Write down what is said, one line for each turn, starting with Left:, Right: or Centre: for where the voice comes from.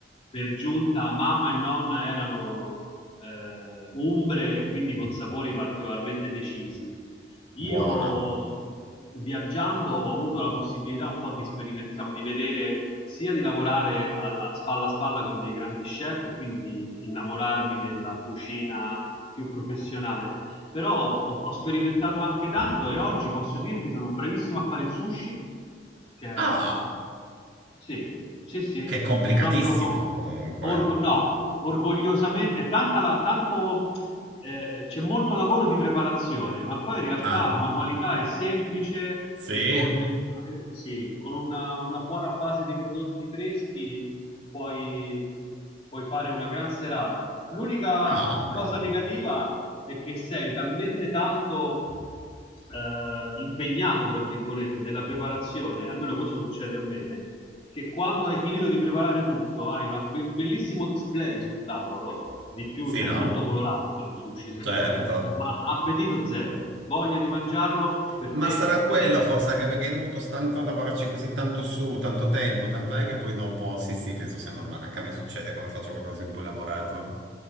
Left: Per giunta mamma e nonna erano eh, umbre e quindi con sapori particolarmente decisi. Io
Right: Buono.
Left: viaggiando ho avuto la possibilità un po' di sperimentare, di vedere, sia di lavorare alla spalla a spalla con dei grandi chef e quindi di innamorarmi della cucina più professionale però ho, ho sperimentato anche tanto e oggi posso dirti sono bravissimo a fare il sushi, cioè
Right: Ah,
Left: sì, sì, sì,
Right: che è complicatissimo
Left: proprio
Right: comunque.
Left: orgo- no, orgogliosamente, è tanta la- tanto, eh, eh, c'è molto lavoro di preparazione, ma poi in realtà
Right: Ah,
Left: la manualità è semplice
Right: sì?
Left: e con degli, sì, con una, una buona base di prodotti freschi puoi, puoi fare una gran serata. L'unica
Right: Ah, bello.
Left: cosa negativa è che sei talmente tanto eh, impegnato, tra virgolette, nella preparazione, almeno questo succede a me, che quando hai finito di preparare tutto hai una be- un bellissimo display sul tavolo, di più,
Right: Sì,
Left: sai,
Right: no?
Left: è molto colorato poi il sushi se
Right: Certo.
Left: vuoi, ma appetito zero, voglia di mangiarlo per
Right: Ma
Left: te
Right: sarà quello
Left: zero.
Right: forse anche perché hai dovuto tanto lavorarci così tanto su, tanto tempo, tanto è che poi dopo, sì, sì, penso sia normale. Anche a me succede quando faccio qualcosa di un po' elaborato.